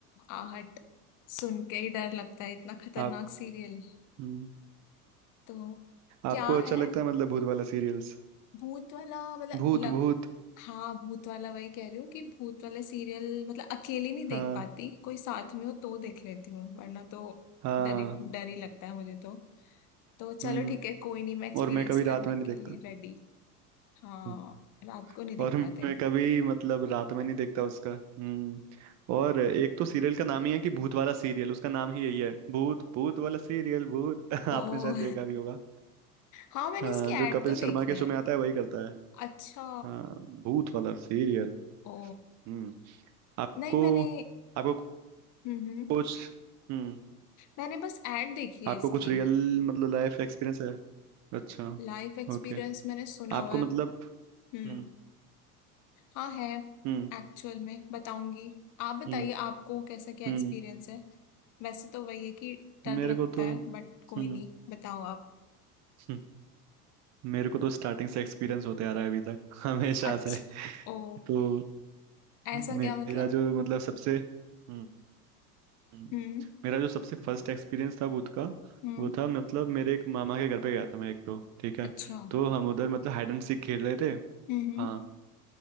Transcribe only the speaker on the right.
आप
हम्म,
आपको अच्छा
लगता है मतलब भूत वाला सीरियल्स
भूत
भूत
हाँ
हाँ
हम्म
और मैं कभी
रात में नहीं
देखता
हम्म,
और मैं
कभी मतलब रात में नहीं देखता उसका हम्म और एक तो सीरियल का नाम ही है कि भूत वाला सीरियल उसका नाम ही यही है भूत भूत वाला सीरियल भूत <laughs> आपने
शायद देखा भी होगा
हाँ
जो
कपिल
शर्मा
के
शो में आता है वही करता है
हाँ भूत वाला सीरियल
हम्म आपको
आपको
कुछ हम्म
आपको
कुछ रियल मतलब लाइफ एक्सपीरियंस है अच्छा
ओके
आपको
मतलब
हम्म
हम्म
हम्म
हम्म
मेरे
को तो
हम्म
हम्म, मेरे को तो स्टार्टिंग से एक्सपीरियंस होते आ रहा है अभी तक <laughs> हमेशा
से
तो
मेरा
जो मतलब सबसे हम्म हम्म,
मेरा जो सबसे फर्स्ट एक्सपीरियंस था भूत का
वो था मतलब मेरे एक मामा के घर पे गया था मैं एक तो ठीक है
तो हम उधर मतलब हाइड एंड सीक खेल रहे थे
हाँ